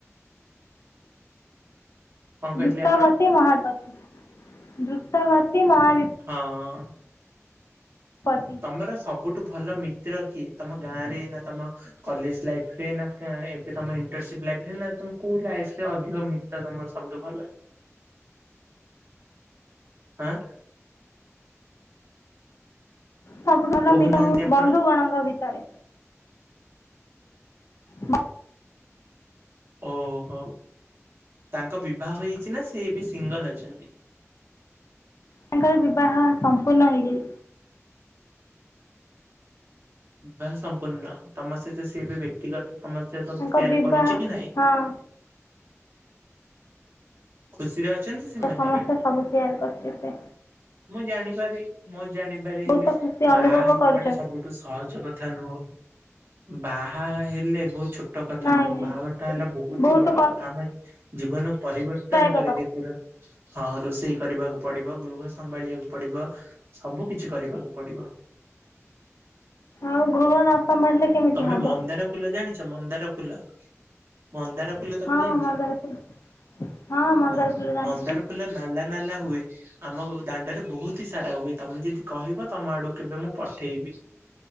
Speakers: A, on the right (about 50°); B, on the left (about 70°).
A: କଣ କହିଲେ
B: ଦ୍ରୁତଗତି
A: ଆପଣ
B: ମହାଗତି ଦ୍ରୁତଗତି ମହାବି
A: ହଁ।
B: ପତି
A: ତମର ସବୁଠୁ ଭଲ ମିତ୍ର କି ତମ ଗାଁ ରେ ନା ତମ କଲେଜ ଲାଇଫ ଏଇନାକେ ଏବେ ତ ଇଣ୍ଟ ଲରେ ନା ତମେ କୋଉ ଲାଇ ରେ ଅଧିକ ମି ତମର ସବୁଠୁ ଭଲ। ଆଁ।
B: ସବୁ
A: କହୁନାହାନ୍ତି
B: ମିତ ମୋ ଭଲ
A: ଆପଣ
B: ବନ୍ଧୁଗଣଙ୍କ ଭିତରେ। ଵ
A: ଓହୋ ତାଙ୍କ ବିବାହ ହେଇଛି ନା ସେ ଏବେ ସିଙ୍ଗଲ ଅଛନ୍ତି।
B: ତାଙ୍କର ବିବାହ ସମ୍ପୂର୍ଣ୍ଣ ହେଇଯାଇଚି।
A: ବା ସମ୍ପୂର୍ଣ୍ଣ ତମ ସହିତ ସେଏ ବି ବ୍ୟକ୍ତିଗତ ସମସ୍ୟା ସବୁ
B: ତାଙ୍କ
A: ସେୟାର
B: ବିବାହ
A: କରୁଛି କି ନାଇଁ।
B: ହଁ
A: ଖୁସିରେ ଅଛନ୍ତି ସେମାନେ
B: ତ ସମସ୍ତେ
A: ଏବେ?
B: ସବୁ ସେୟାର କରୁଚି ଏବେ।
A: ମୁଁ ଜାଣିପାରେ ମୁଁ ଜାଣିପାରେ
B: ବହୁତ
A: ହେଲେ ସିଏ
B: ଖୁସି
A: ବାହା
B: ଅନୁଭବ
A: ହେଇଯିବାଟା
B: କରୁଛନ୍ତି।
A: ସବୁଠୁ ସହଜ କଥା ନୁହଁ ବାହା ହେଲେ ବୁଝୁ ଛୋଟ କଥା
B: ନାଇଁ
A: ନୁହଁ
B: ନାଇଁ
A: ବାହାଘର ଟା ହେଲା ବହୁତୀ
B: ବହୁତ
A: ବଡ କଥା ଆମ ଜୀବନ ପରିବର୍ତ୍ତନ
B: କଷ୍ଟଦାୟକ
A: କରିଦିଏ
B: କଥା।
A: ପୁରା ହଁ ରୋଷେଇ କରିବାକୁ ପଡିବ ଗୃହସ ସମ୍ଭାଳିବାକୁ ପଡିବ ସବୁ କିଛି କରିବାକୁ ପଡିବ।
B: ଆଉ ଗୃହ ନ ସମ୍ଭାଳୀଲେ କେମିତି
A: ତମେ
B: ହବ।
A: ମନ୍ଦାର ଫୁଲ ଜାଣିଛ ମନ୍ଦାର ଫୁଲ ମନ୍ଦାର ଫୁଲ ତମେ
B: ହଁ
A: ଜାଣିଛ
B: ମନ୍ଦାର ଫୁଲ ହଁ ମନ୍ଦାର
A: ମ
B: ଫୁଲ ଜାଣିଛି।
A: ମନ୍ଦାର ଫୁଲ ନାଲା ନାଲା ହୁଏ। ଆମ ଗୋ ଦାଣ୍ଡରେ ବହୁତ ହି ସାରା ହୁଏ ତମେ ଯଦି କହିବ ତମ ଆଡକୁ କେବେ ମୁଁ ପଠେଇବି।